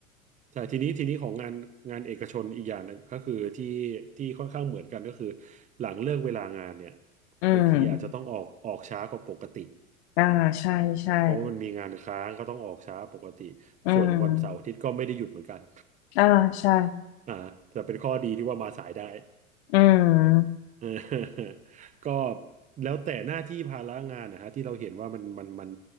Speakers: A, on the right; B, on the left.
A: ใช่ทีนี้ทีนี้ของงานงานเอกชนอีกอย่างหนึงก็คือที่ที่ค่อนข้างเหมือนกันก็คือหลังเลิกเวลางานเนี่ย
B: อืม
A: บางทีอาจจะต้องออกออกช้ากว่าปกติ
B: อ่าใช่ใช่
A: เพราะว่ามันมีงานค้างก็ต้องออกช้าปกติ
B: อืม
A: ส่วนวันเสาร์อาทิตย์ก็ไม่ได้หยุดเหมือนกัน
B: อ่าใช่
A: <laughs> อ่าแต่เป็นข้อดีที่ว่ามาสายได้
B: อืม
A: <laughs> เออก็แล้วแต่หน้าที่ภาระงานนะฮะที่เราเห็นว่ามันมันมัน